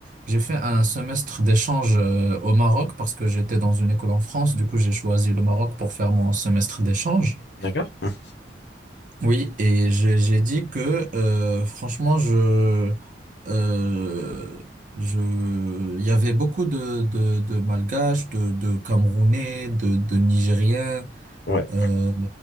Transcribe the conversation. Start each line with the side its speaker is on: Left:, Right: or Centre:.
Right: j'ai fait un semestre d'échange euh, au Maroc parce que j'étais dans une école en France. Du coup, j'ai choisi le Maroc pour faire mon semestre d'échange.
Left: D'accord? Mhm.
Right: Oui, et j'ai j'ai dit que euh, franchement, je, euh, je, il y avait beaucoup de, de, de Malgaches, de, de Camerounais, de, de Nigériens,
Left: Ouais.
Right: euh,